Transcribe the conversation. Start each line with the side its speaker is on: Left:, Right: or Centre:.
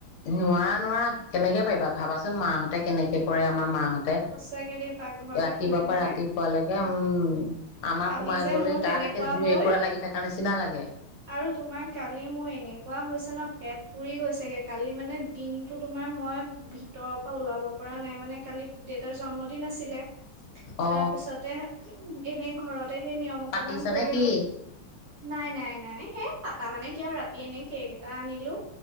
Left: নোৱাৰা নোৱাৰা কেনেকে পাৰিবা ভাবাচোন মাহঁতে কেনেকে কৰে আমাৰ মাহঁতে
Right: সঁচাকে দেই পাকঘৰটোত
Left: ৰাতিপুৱা
Right: সোমাই সোমাই
Left: পৰা ৰাতিপুৱালৈকে উম আমাৰ
Right: কালি
Left: সোমাই
Right: যে
Left: গলে
Right: মোৰ তেনেকুৱা
Left: গাত একে জুই
Right: হৈ
Left: একোৰা লাগি থকা নিচিনা লাগে।
Right: আৰু তোমাৰ কালি মোৰ এনেকুৱা হৈছে ন পেট পুৰি গৈছেগে কালি মানে দিনতটো তোমাৰ মই ভিতৰৰ পৰা ওলাব পৰা নাই মানে কালি দেউতাৰ জন্মদিন আছিলে।
Left: অ
Right: তাৰ পিছতে এনে ঘৰত ততে সেই নিয়ম অকমান
Left: পাতিছা
Right: কৰিলো।
Left: নে কি
Right: নাই নাই নাই সেই পাতা মানে কিয় ৰাতি এনে কেক এটা আনিলো।